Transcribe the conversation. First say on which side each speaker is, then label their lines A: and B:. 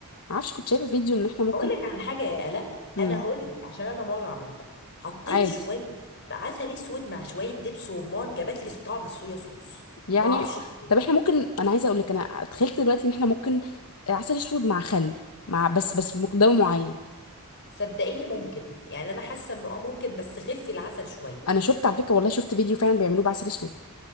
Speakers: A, on the left; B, on the left.
A: ما اعرفش كنت شايفه فيديو ان احنا ممكن
B: هقول لك على حاجه يا الاء
A: امم
B: انا هقول لك عشان انا مره عملتها حطيت
A: عادي
B: شويه عسل اسود مع شويه دبس رمان جابت لي طعم الصويا صوص
A: يعني
B: ما اعرفش ليه.
A: طب احنا ممكن انا عايزه اقول لك انا تخيلت دلوقتي ان احنا ممكن عسل اسود مع خل مع بس بس بمقدار معين
B: صدقيني ممكن يعني انا حاسه انه اه ممكن بس خفي العسل شويه
A: انا شفت على فكره والله شفت فيديو فعلا بيعملوه بعسل اسود